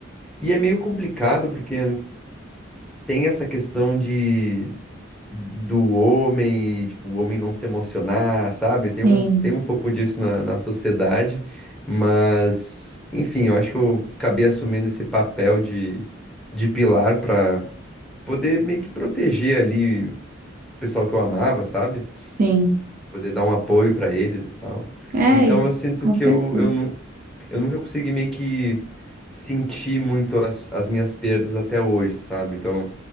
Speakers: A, in the centre; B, on the right (about 45°).
A: E é meio complicado, porque tem essa questão de do homem e tipo, o homem não se emocionar, sabe? Tem
B: sim,
A: um, tem um pouco disso na, na sociedade, mas enfim, eu acho que eu acabei assumindo esse papel de, de pilar para poder meio que proteger ali o pessoal que eu amava, sabe?
B: sim.
A: Poder dar um apoio para eles e tal.
B: É,
A: Então eu sinto
B: com
A: que
B: certeza.
A: eu, eu não, eu nunca consegui meio que sentir muito as, as minhas perdas até hoje, sabe? Então,